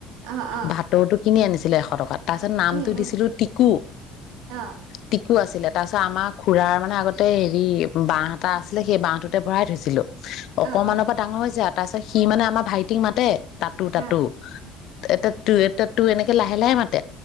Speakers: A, on the right; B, on the left.
A: অ অ
B: ভাটৈ টোত।। কিনি আনিছিলে এশ টকাত। তাৰপিছত নামটো
A: উম উম
B: দিছিলো টিকু
A: অ
B: টি।। আছিলে তাৰপিছত আমাৰ খুৰাৰ মানে আগতেই।। বাহঁএটা আছিলে, সেই বাহঁটোতে ভৰাই থৈছিলোঁ। অকমানৰ
A: অ অ
B: পৰা ডাঙৰ হৈ যাই।। তাৰপিছত সি মানে আমাৰ ভাইটিক মাতে। তাতো তাতো
A: অ অ
B: এটা ট।। তো, এনেকে লাহে-লাহে মাত।